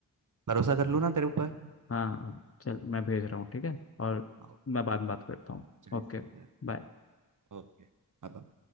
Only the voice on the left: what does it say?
हाँ हाँ चल मैं भेज रहा हूँ ठीक है और
मैं बाद में बात करता हूँ
ओके
बाय